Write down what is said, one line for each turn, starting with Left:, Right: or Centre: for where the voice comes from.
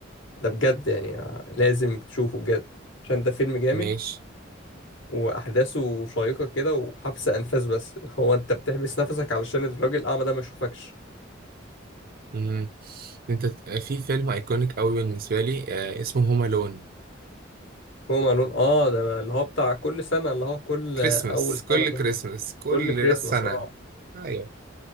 Left: ده بجد يعني آه، لازم تشوفه بجد عشان ده فيلم جامد
Right: ماشي
Left: واحداثه شيقة كده وحبس انفاس بس <laughs> هو انت بتحبس نفسك علشان الراجل الاعمى ده ما يشوفكش
Right: مم. أنت ت- في فيلم أيكونيك أوي بالنسبة لي آه اسمه هوم ألون
Left: هو معلون اه ده اللي هو بتاع كل سنة اللي هو كل
Right: كريسماس
Left: اول سنة
Right: كل
Left: ده
Right: كريسماس كل
Left: كل كريسماس
Right: راس سنة
Left: اه
Right: أيوه